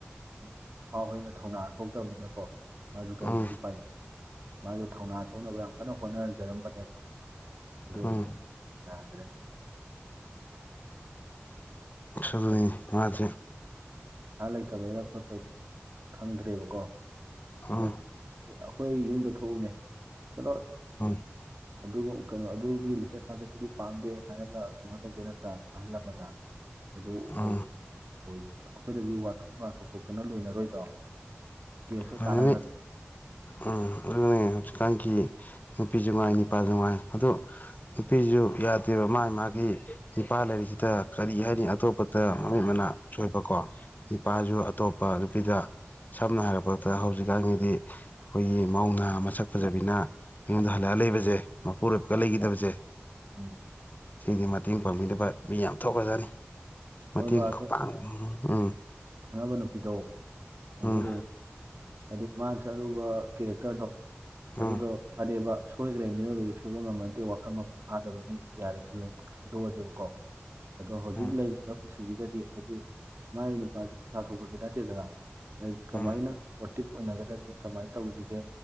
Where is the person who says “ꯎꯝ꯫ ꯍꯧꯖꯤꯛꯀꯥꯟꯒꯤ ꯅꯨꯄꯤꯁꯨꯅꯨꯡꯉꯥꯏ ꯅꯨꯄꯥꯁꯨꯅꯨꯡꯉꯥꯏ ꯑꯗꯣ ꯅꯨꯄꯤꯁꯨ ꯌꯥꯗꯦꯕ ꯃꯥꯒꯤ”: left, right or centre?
Left